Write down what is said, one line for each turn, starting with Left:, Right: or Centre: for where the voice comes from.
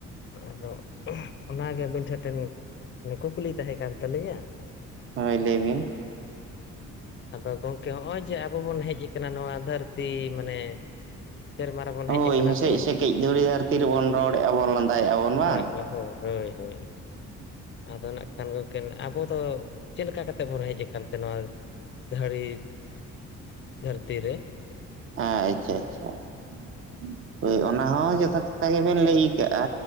Left: ᱟᱫᱚ <unintelligible> ᱚᱱᱟᱜᱮ ᱟᱹᱵᱤᱱ ᱴᱷᱮᱱ ᱴᱷᱮᱱ ᱠᱩᱠᱞᱤ ᱛᱟᱦᱮ ᱠᱟᱱ ᱛᱟᱞᱤᱧᱟ ᱾
Right: ᱦᱳᱭ ᱞᱟᱹᱭ ᱵᱤᱱ?
Left: ᱟᱫᱚ ᱜᱚᱝᱠᱮ ᱦᱚᱜᱼᱚᱭ ᱡᱮ ᱟᱵᱚ ᱵᱚᱱ ᱦᱮᱡ ᱟᱠᱟᱱᱟ ᱱᱚᱣᱟ ᱫᱷᱟᱹᱨᱛᱤ ᱢᱟᱱᱮ ᱥᱮᱨᱢᱟ ᱨᱮᱵᱚᱱ ᱦᱮᱡ
Right: ᱦᱳᱭ
Left: ᱟᱠᱟᱱᱟ
Right: ᱦᱮᱸᱥᱮᱡ
Left: ᱥᱮ
Right: ᱥᱮᱠᱮᱡ ᱫᱷᱩᱲᱤ ᱫᱷᱟᱹᱨᱛᱤ ᱨᱮᱵᱚᱱ ᱨᱚᱲᱮᱜᱼᱟ ᱵᱚᱱ ᱞᱟᱸᱫᱟᱭᱮᱫᱼᱟᱵᱚᱱ ᱵᱟᱝ
Left: ᱦᱳᱭ
Right: ᱾
Left: ᱦᱳᱭ ᱦᱳᱭ ᱟᱫᱚ ᱱᱟᱜ ᱠᱷᱟᱱ ᱜᱚᱢᱠᱮ ᱟᱵᱚ ᱫᱚ ᱪᱮᱞᱠᱟ ᱠᱟᱛᱮᱫ ᱵᱚᱱ ᱦᱮᱡ ᱠᱟᱱᱛᱮ ᱱᱚᱣᱟ ᱫᱷᱟᱹᱲᱤ ᱫᱷᱟᱹᱨᱛᱤ ᱨᱮ ᱾
Right: ᱟ ᱟᱪᱷᱟ ᱟᱪᱷᱟ ᱾ ᱦᱳᱭ ᱚᱱᱟ ᱦᱚᱸ ᱡᱚᱛᱷᱟᱛ ᱠᱟᱛᱷᱟ ᱜᱮᱵᱤᱱ ᱞᱮᱭ ᱠᱟᱜᱼᱟ